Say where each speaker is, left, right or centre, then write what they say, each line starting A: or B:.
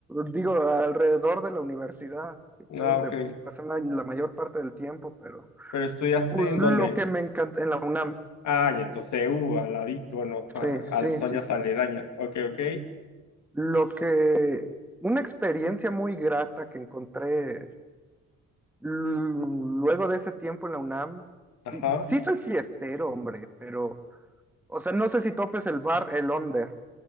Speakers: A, in the centre; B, on the left.
A: digo, alrededor de la universidad, que fue
B: Ah,
A: donde
B: ok.
A: pasé la la mayor parte del tiempo, pero
B: ¿Pero estudiaste
A: pues
B: en
A: lo
B: dónde?
A: que me encanta en la UNAM.
B: Ah, y entonces, U al ladito, bueno, ajá,
A: Sí, sí,
B: al, zonas
A: sí, sí.
B: aledañas. Ok, ok.
A: Lo que, una experiencia muy grata que encontré Luego de ese tiempo en la UNAM,
B: Ajá.
A: sí, sí soy fiestero, hombre, pero, o sea, no sé si topes el bar El Onder.